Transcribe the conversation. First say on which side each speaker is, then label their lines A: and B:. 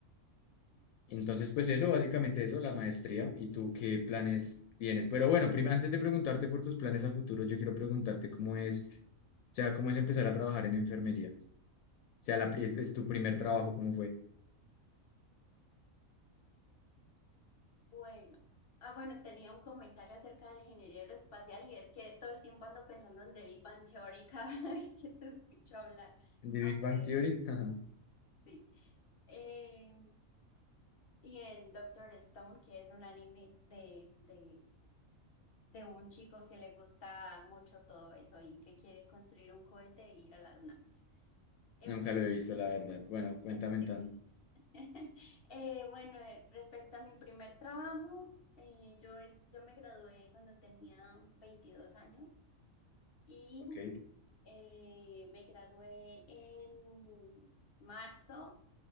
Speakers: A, on the left (about 85°); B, on the left (about 60°).
A: Entonces, pues eso, básicamente eso, la maestría. ¿Y tú qué planes tienes? Pero bueno, prim- antes de preguntarte por tus planes a futuro, yo quiero preguntarte cómo es, o sea, cómo es empezar a trabajar en enfermería. O sea, la, pri- es tu primer trabajo, ¿cómo fue?
B: Bueno, ah, bueno, tenía un comentario acerca de la ingeniería aeroespacial y es que todo el tiempo ando pensando en The Big Bang Theory cada <laughs> vez que te escucho hablar,
A: ¿De Big
B: aunque
A: Bang Theory? <laughs>
B: sí. Eh, y en Doctor Stone, que es un anime de, de, de un chico que le gusta mucho todo eso y que quiere construir un cohete e ir a la luna. En
A: Nunca
B: fin,
A: lo he visto, la verdad. Bueno, cuéntame
B: es excelente.
A: tan.
B: <laughs> Eh, bueno, eh, respecto a mi primer trabajo, eh, yo, es, yo me gradué cuando tenía 22 años y
A: Ok.
B: eh, me gradué en marzo